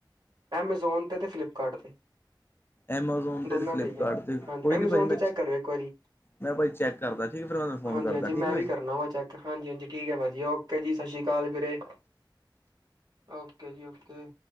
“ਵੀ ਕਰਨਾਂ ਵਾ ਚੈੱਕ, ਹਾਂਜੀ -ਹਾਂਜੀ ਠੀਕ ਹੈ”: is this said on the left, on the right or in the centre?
Right